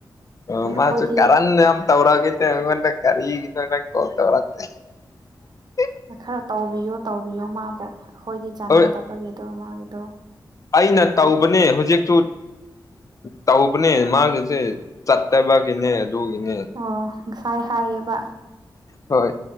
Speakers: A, on the left; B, on the right.
A: ꯑꯥ
B: ꯀꯔꯤ ꯑꯩꯈꯣꯏꯗꯤ
A: ꯃꯥꯁꯨ ꯀꯔꯅꯤ ꯌꯥꯝ ꯇꯧꯔꯒꯦ ꯉꯅ ꯀꯔꯤꯅ ꯀꯠꯇꯔꯠꯇꯦ <unintelligible>
B: ꯈꯔ ꯇꯧꯕꯤꯌꯨ ꯇꯧꯕꯤꯌꯣ ꯃꯥꯕꯨ ꯑꯩꯈꯣꯏꯗꯤ ꯆꯥꯟꯅꯗꯕꯒꯤꯗꯣ
A: ꯍꯣꯏ
B: ꯃꯥꯒꯤꯗꯣ
A: ꯑꯩꯅ
B: ꯑꯗꯨꯒꯤ
A: ꯇꯧꯕꯅꯦ ꯍꯧꯖꯤꯛꯁꯨ ꯇꯧꯕꯅꯦ ꯃꯥꯒꯤꯁꯦ ꯆꯠꯇꯥꯕꯒꯤꯅ‌ꯦ ꯑꯗꯨꯒꯤꯅꯦ
B: ꯑꯣ ꯉꯁꯥꯏ ꯍꯥꯏꯌꯦꯕ
A: ꯍꯣꯏ